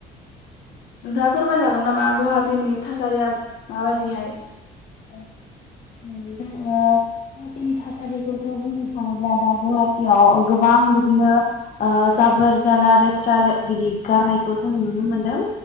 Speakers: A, on the left; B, on the left.
A: नोंथाङा फोरमायजागोन नामा गुवाहाटिनि थासारिया माबादिहाय?
B: ओं ओं ओ गुवाहाटिनि थासारि खौथ' बुंनो थाङोब्ला दा गुवाहाटियाव गोबां बिदिनो ओ जाबोर जाला लेथ्रा बिदि गारनायखौ जों नुनो मोनदों